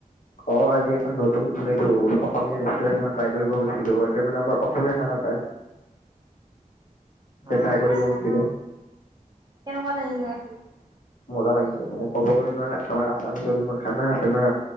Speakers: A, on the left (about 65°); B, on the right (about 30°).
A: অ আজি এখন নতুন এইটো অসমীয়া ৰেষ্টুৰেণ্ট এখন ট্ৰাই কৰিব গৈছিলো ইতে মানে আমাৰ অসমীয়া খানা পায়।
B: অ
A: ট্ৰাই
B: আচ্ছা,
A: কৰিব গৈছিলো
B: কেনেকুৱা লাগিলে?
A: মজা লাগিছে মানে ক'ব গলে তই আমাৰ আচামিচৰ যিবোৰ খানা আছে না।